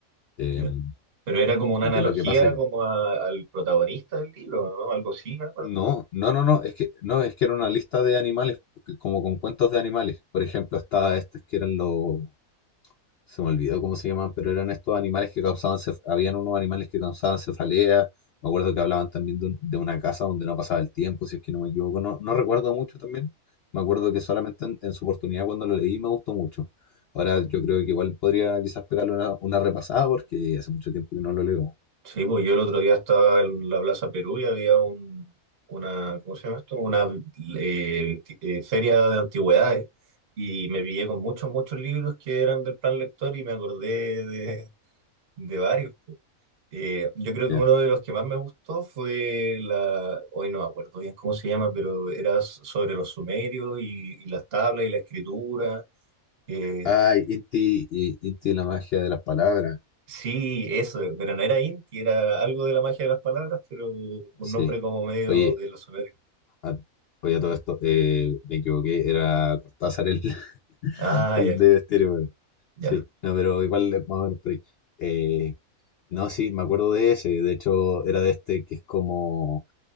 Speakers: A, on the left; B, on the right.
A: Em,
B: Ya. Pero era como una
A: ¿Y
B: analogía
A: qué es lo que pasa?
B: como a- al protagonista del libro, ¿no? Algo así, me acuerdo.
A: No, no, no, no, es que, no, es que era una lista de animales, que- como con cuentos de animales. Por ejemplo, estaba estos que eran los, se me olvidó cómo se llamaban, pero eran estos animales que causaban, cef- habían unos animales que causaban cefalea. Me acuerdo que hablaban también de, un- de una casa donde no pasaba el tiempo, si es que no me equivoco. No, no recuerdo mucho también. Me acuerdo que solamente en, en su oportunidad cuando lo leí me gustó mucho. Ahora yo creo que igual podría quizás pegarle una, una repasada porque hace mucho tiempo que no lo leo.
B: Sí, pues yo el otro día estaba en la Plaza Perú y había un, una, ¿cómo se llama esto? Una eh, ti- eh, feria de antigüedades y me pillé con muchos, muchos libros que eran del plan lector y me acordé de, de varios. pues. Eh, yo creo
A: Ya.
B: que uno de los que más me gustó fue la, hoy no me acuerdo bien cómo se llama, pero era sobre los sumerios y, y las tablas y la escritura. Eh,
A: Ay, Inti, y- Inti y la magia de las palabras.
B: Sí, eso, pero no era Inti, era algo de la magia de las palabras, pero un
A: Sí.
B: nombre como medio
A: Oye,
B: de los sumerios.
A: a, oye, a todo esto, eh, me equivoqué, era Cortázar el, <laughs>
B: Ah,
A: el
B: ya,
A: de Estéreo. bueno.
B: ya,
A: Sí, no, pero igual es más o menos por ahí. Eh, no, sí, me acuerdo de ese. De hecho, era de este que es como